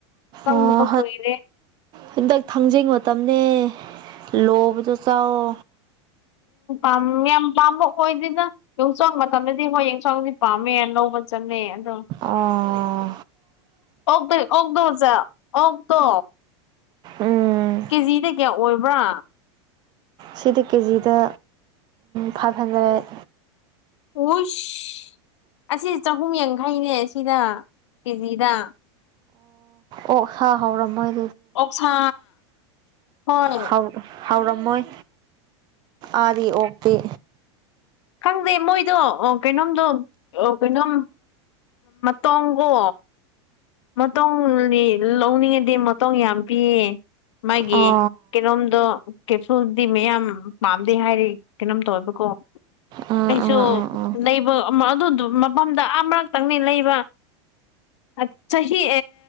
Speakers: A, on the left (about 75°); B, on the right (about 30°).
A: ꯆꯪꯗꯕ
B: ꯑꯣ
A: ꯀꯨꯏꯔꯦ
B: ꯍꯟꯗꯛ ꯊꯥꯡꯖꯤꯡ ꯃꯇꯝꯅꯤꯅꯦ ꯂꯕ ꯇꯁꯑꯣ
A: ꯑꯣ ꯝ ꯌꯥꯝ ꯄꯥꯝꯕ ꯑꯣꯏꯗꯅ ꯌꯣꯡꯆꯥꯡ ꯃꯇꯝꯗꯗꯤ ꯍꯣꯏ ꯌꯦꯟꯁꯥꯡꯗꯤ ꯄꯥꯝꯃꯦ ꯂꯧꯕ ꯆꯠꯃꯦꯩ ꯑꯗꯣ
B: ꯑꯣ
A: ꯑꯣ ꯑꯣꯛꯇ ꯍꯧꯖ ꯑꯣꯪꯛꯇ
B: ꯎꯝ
A: ꯀꯦꯖꯤꯗ ꯀꯌꯥ ꯑꯣꯏꯕ꯭ꯔꯥ
B: ꯁꯤꯗꯤ ꯀꯦꯖꯤꯗ ꯐꯥꯏꯚ ꯍꯟꯗ꯭ꯔꯦꯠ
A: ꯎꯁ ꯑꯁꯤ ꯆꯍꯨꯝ ꯌꯥꯡꯈꯩꯅꯦ ꯁꯤꯗ ꯀꯦꯖꯤꯗ
B: ꯑꯣ ꯍꯥꯥꯎ ꯍꯥꯎꯔꯝꯃꯣꯏ
A: ꯑꯣꯁꯥ ꯍꯅꯤ
B: ꯍꯥꯎ ꯍꯥꯎꯔꯝꯃꯣꯏ ꯑꯥꯗꯤ ꯑꯣꯛꯇꯤ
A: ꯈꯪꯗꯦ ꯃꯣꯏꯗꯣ ꯑꯣ ꯀꯩꯅꯣꯝꯗꯣ ꯑꯣ ꯀꯩꯅꯣꯝ ꯇꯣꯡꯕꯣ ꯃꯇꯧꯅꯤ ꯂꯧꯅꯤꯡꯉꯗꯤ ꯃꯇꯧ ꯌꯥꯝ ꯄꯤꯌꯦ ꯃꯥꯒꯤ
B: ꯑꯣ
A: ꯀꯩꯅꯣꯝꯗꯣ ꯀꯦꯁꯣꯜꯗꯤ ꯃꯌꯥꯝ ꯄꯥꯝꯗꯦ ꯍꯥꯏꯔꯤ ꯀꯩꯅꯣꯝ ꯇꯧꯋꯦꯕꯀꯣ ꯑꯣ
B: ꯑꯥ
A: ꯑꯩꯁꯨ
B: ꯑꯥ ꯑꯥ ꯑꯥ
A: ꯂꯩꯕ ꯑꯗꯨ ꯃꯐꯝꯗ ꯑ ꯃꯔꯛꯇꯪꯅꯤ ꯂꯩꯕ ꯑ ꯆꯍꯤ